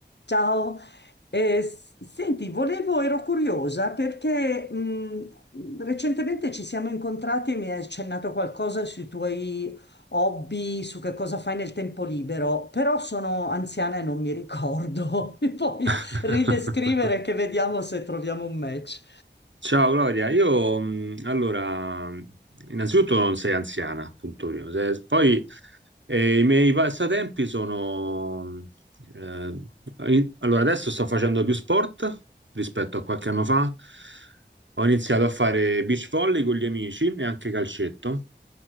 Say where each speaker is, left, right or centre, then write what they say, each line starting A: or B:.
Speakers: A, on the left; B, on the right.
A: Ciao, Eh, s- senti, volevo, ero curiosa perché mh, recentemente ci siamo incontrati e mi hai accennato qualcosa sui tuoi hobby, su che cosa fai nel tempo libero, però sono anziana e non mi ricordo. <laughs> Mi puoi
B: <laughs>
A: ridescrivere che vediamo se troviamo un match.
B: Ciao Gloria, io mh, allora, innanzitutto non sei anziana, punto primo. Se- poi eh, i miei passatempi sono... eh, in- allora, adesso sto facendo più sport rispetto a qualche anno fa. Ho iniziato a fare beach volley con gli amici e anche calcetto.